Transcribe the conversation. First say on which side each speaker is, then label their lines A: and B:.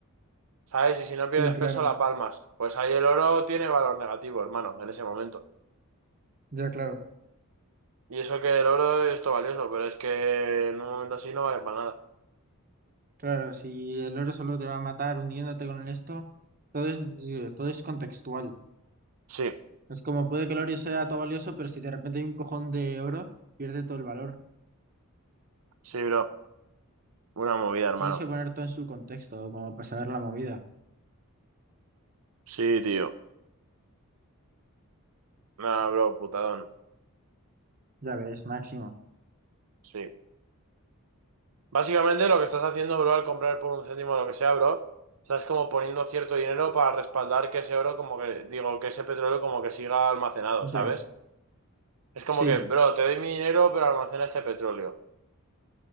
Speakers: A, on the right; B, on the right.
A: ¿Sabes? Y si no pierdes
B: sí, claro,
A: peso, la palmas. Pues ahí el oro tiene valor negativo, hermano, en ese momento.
B: ya, claro,
A: Y eso que el oro es todo valioso, pero es que en un momento así no vale para nada.
B: claro, si el oro solo te va a matar hundiéndote con el esto, todo es, digo, todo es contextual.
A: Sí,
B: Es como puede que el oro sea todo valioso, pero si de repente hay un cojón de oro, pierde todo el valor.
A: sí, bro. Una movida, hermano.
B: Tienes que poner todo en su contexto, como para saber la movida.
A: Sí, tío. Nah, bro, putadón.
B: Ya ves, máximo.
A: Sí. Básicamente lo que estás haciendo, bro, al comprar por un céntimo lo que sea, bro, estás como poniendo cierto dinero para respaldar que ese oro, como que, digo, que ese petróleo como que siga almacenado,
B: Ya,
A: ¿sabes? Es como
B: sí,
A: que, bro, te doy mi dinero, pero almacena este petróleo.